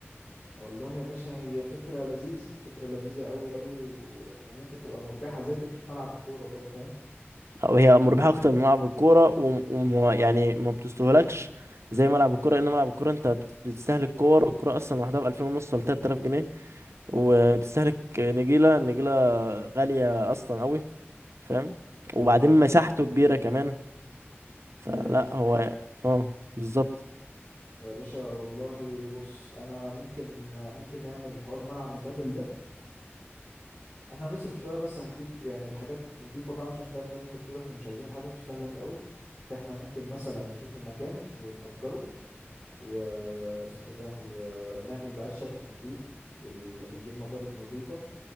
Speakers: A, on the left; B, on the right.
A: والله يا باشا هي فكرة لذيذة فكرة لذيذة قوي قوي و... وممكن تبقى مربحة زي فكرة ملعب الكورة كده فاهم
B: أو هي مربحة اكتر من ملعب الكورة ويعني ما بتستهلكش زي ملعب الكورة لان ملعب الكورة انت بت- بتستهلك كور الكورة اصلا لوحدها ب 2500 ونص ولا 3000 جنيه وبتستهلك نجيلة النجيلة غالية اصلا قوي فاهم وبعدين
A: تمام
B: مساحته كبيرة كمان فلا
A: فهمتك
B: هو اه بالظبط
A: يا باشا والله بص انا ممكن ممكن نعمل حوار ملعب البدل ده احنا هنصرف شوية بس هنجيب يعني الحاجات نضيفة بقى عشان فاهم زي ما انت بتقول احنا مش عايزين الحاجة تستهلك قوي فاحنا ممكن مثلا نشوف المكان ونأجره واسمه ايه ده ونعمل بقى الشبك نضيف وال... ونجيب مضارب نضيفة